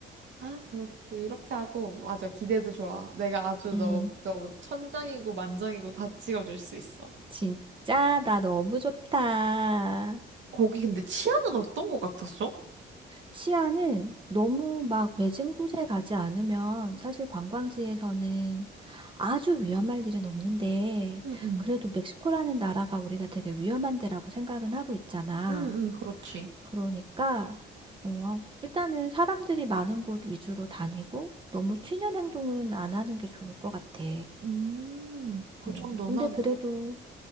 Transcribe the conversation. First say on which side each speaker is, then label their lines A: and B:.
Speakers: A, on the right (about 70°); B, on the right (about 25°).
A: 아, 그럼 그렇게 하고 맞아. 기대도 좋아. 내가 아주
B: 음,
A: 너, 너 천장이고 만장이고 다 찍어줄 수 있어.
B: 진짜 나 너무 좋다.
A: 거기 근데 치아는 어떤 거 같았어?
B: 치아는 너무 막 외진 곳에 가지 않으면 사실 관광지에서는 아주 위험할 일은 없는데
A: 응응.
B: 그래도 멕시코라는 나라가 우리가 되게 위험한 데라고 생각은 하고 있잖아.
A: 응응, 그렇지.
B: 그러니까, 어, 일단은 사람들이 많은 곳 위주로 다니고, 너무 튀는 행동은 안 하는 게 좋을 것 같아.
A: 음, 그
B: 음,
A: 정도면
B: 근데 그래도,
A: 뭐,